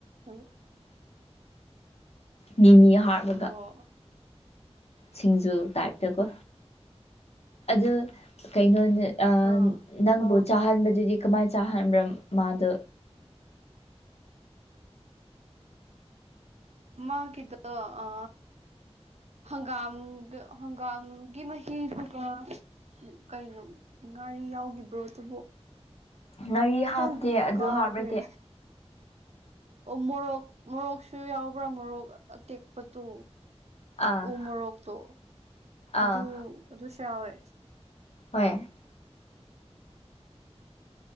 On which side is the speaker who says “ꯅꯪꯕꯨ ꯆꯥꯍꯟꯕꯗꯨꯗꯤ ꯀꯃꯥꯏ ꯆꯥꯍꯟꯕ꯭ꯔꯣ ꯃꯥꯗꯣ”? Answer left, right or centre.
Left